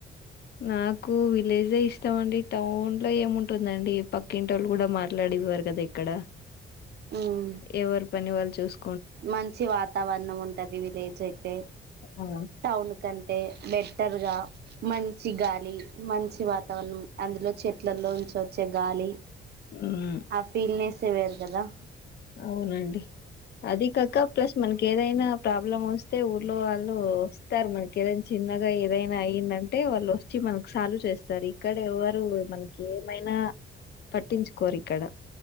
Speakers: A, on the left (about 55°); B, on the right (about 55°).
A: నాకు విలేజే ఇష్టం అండి టౌన్ లో ఏముంటుందండి పక్కింటోళ్ళు కూడా మాట్లాడేవారు కదా ఇక్కడ
B: మ్మ్
A: ఎవర్ పనివాల్లు చూసు
B: మంచి వాతావరణం ఉంటది విలేజ్ అయితే
A: ఆ
B: టౌన్ కన్ అంటే బెటర్గా మంచి గాలి మంచి వాతావరణం అందులో చెట్లలో ఉంచి వచ్చే గాలి
A: మ్మ్
B: ఆ ఫీల్నేెస్ సేవేరు కదా
A: అవునండి అది కాక ప్లస్ మనకి ఏదైనా ప్రాబ్లం ఓస్తే ఊర్లో వాళ్ళు వస్తారు మనకి ఏదైనా చిన్నగా ఏదైనా అయిందంటే వాళ్ళు వచ్చి మనకి సాల్వ్ చేస్తారు ఇక్కడ ఎవరు మనకి ఏమైనా పట్టించుకోరు ఇక్కడ